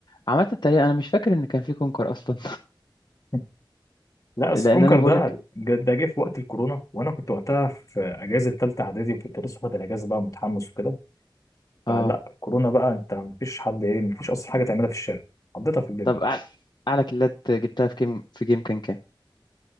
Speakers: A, on the left (about 55°); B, on the left (about 40°).
A: عامه تقريبا انا مش فاكر ان كان في كونكر اصلا
B: <laughs>
A: <laughs>
B: لا أصل
A: لان
B: كونكر
A: انا بقول
B: ده
A: لك
B: جد- ده جه في وقت الكورونا وانا كنت وقتها في اجازه ثالثه اعدادي وكنت لسه واخد الاجازه بقى متحمس وكده
A: اه
B: فلا الكورونا بقى انت مفيش حد ايه مفيش اصلا حاجه تعملها في الشارع قضيتها في البيت
A: طب
B: بقى.
A: اعلى اعلى كيلات جبتها في جيم في جيم كان كام